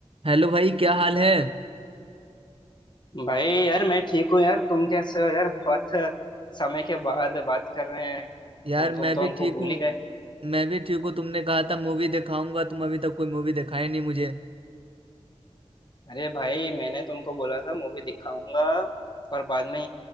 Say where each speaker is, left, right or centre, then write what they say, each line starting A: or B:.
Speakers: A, on the right; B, on the left.
A: हेलो भाई क्या हाल है
B: भाई यार मैं ठीक हूँ यार तुम कैसे हो यार बहुत समय के बाद बात कर रहे हैं
A: यार
B: तुम तुम
A: मैं
B: तो
A: भी
B: हमको
A: ठीक
B: भूल
A: हूँ
B: ही गए
A: मैं भी ठीक हूँ तुमने कहा था मूवी दिखाऊंगा तुम अभी तक कोई मूवी दिखाई नहीं मुझे
B: अरे भाई मैंने तुमको बोला था मूवी दिखाऊंगा पर बाद में